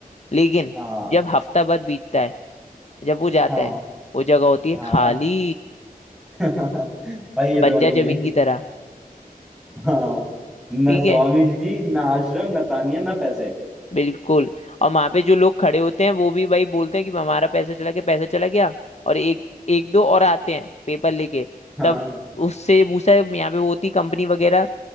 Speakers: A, on the left; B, in the centre.
A: लेकिन
B: हाँ
A: जब हफ्ता भर बीतता है जब वो जाता
B: हाँ
A: है वो जगह होती है
B: हाँ
A: खाली
B: <laughs> भाई ये तो
A: बंजर
B: नहीं
A: जमीन
B: है
A: की तरह
B: हाँ ना
A: ठीक
B: स्वामी
A: है
B: जी ना आश्रम ना तानिया ना पैसे
A: बिल्कुल और वहां पे जो लोग खड़े होते हैं वो भी भाई बोलते हैं कि हमारा पैसा चला गया पैसा चला गया और एक एक दो और आते हैं पेपर लेके
B: हाँ
A: तब उससे पूछा है यहाँ पे वो होती कंपनी वगैरह